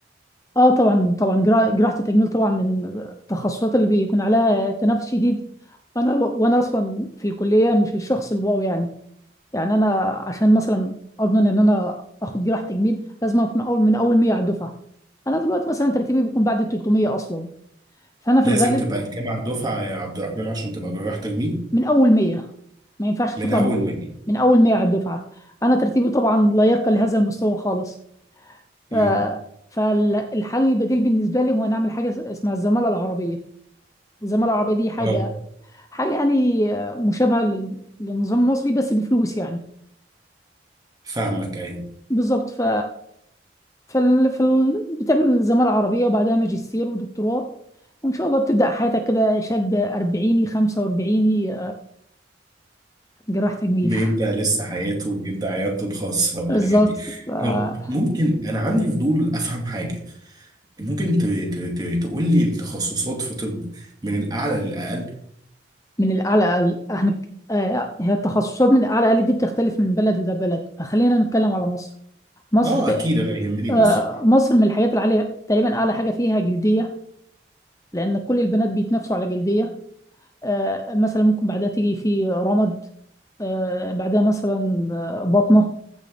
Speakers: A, on the left; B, on the right.
A: اه طبعا طبعا جرا- جراحة التجميل طبعا من التخصصات اللي بيكون عليها تنافس شديد وانا وانا اصلا في الكلية مش الشخص الواو يعني يعني انا عشان مثلا اضمن ان انا اخد جراحة تجميل لازم اكون اول من اول 100 على الدفعة انا دلوقتي مثلا ترتيبي بيكون بعد ال 300 اصلا فانا في
B: لازم
A: الغالب
B: تبقى الجامعة الدفعة يا عبد الرحمن عشان تبقى جراح تجميل
A: من اول 100 ما ينفعش تطلع
B: من اول
A: م-
B: ما جه
A: من اول 100 على الدفعة انا ترتيبي طبعا لا يرقى لهذا المستوى خالص ف...
B: امم
A: فالحل البديل بالنسبة لي هو نعمل حاجة اسمها الزمالة العربية الزمالة العربية دي حاجة
B: اه
A: حاجة يعني مشابهة لل- للنظام المصري بس بفلوس يعني
B: فاهمك ايوه
A: بالظبط ف فال... فال... بتعمل زمالة عربية وبعدها ماجستير ودكتوراه وإن شاء الله بتبدأ حياتك كده شاب أربعيني خمسة وأربعيني جراح تجميل
B: بيبدأ لسه حياته بيبدأ عيادته الخاصة والحاجات
A: <laughs> بالظبط
B: دي
A: ف-
B: طب ممكن انا عندي فضول افهم حاجة ممكن ت- ت- ت- تقول لي التخصصات في طب من الاعلى للاقل
A: من الأعلى احنا ك- آه، هي التخصصات من الأعلى أقل دي بتختلف من بلد لبلد فخلينا نتكلم على مصر مصر
B: اه
A: تق-
B: اكيد انا يهمني
A: آه،
B: مصر
A: مصر من الحاجات العالية تقريبا أعلى حاجة فيها جلدية لأن كل البنات بيتنافسوا على جلدية آه، مثلا ممكن بعدها تيجي في رمد آه، بعدها مثلا آه، بطنة